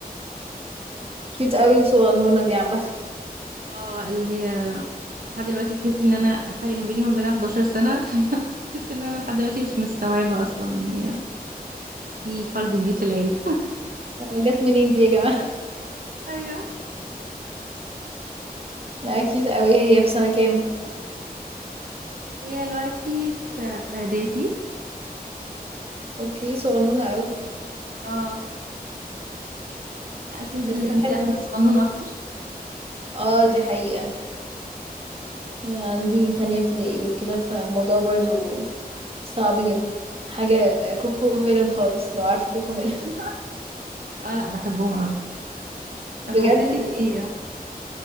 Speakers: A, on the right (about 35°); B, on the right (about 65°).
A: كيوت قوي الصغنونة دي عامة
B: اه بقى اللي هي لحد دلوقتي تحسي ان انا فرق ما بيني وما بينها 11 سنة <laughs> تحس ان انا لحد دلوقتي مش مستوعبة اصلا ان هي في فرد جديد في العيلة
A: <laughs> جت منين دي يا جماعة
B: ايوه
A: <laughs> لا كيوت قوي هي في سنة كام
B: هي دلوقتي في اعدادي
A: اوكي صغنونة قوي
B: اه لا، عشان انت
A: بس
B: اللي انت
A: حلوة
B: عندك صغنون اكتر
A: اه دي حقيقة عندي تانية ابتدائي وكده فالموضوع برضو صعب جدا حاجة كوكو ميلن خالص لو عارفة كوكو ميلن
B: <laughs> اه لا بحبهم قوي طب
A: بجد
B: حسيتي بايه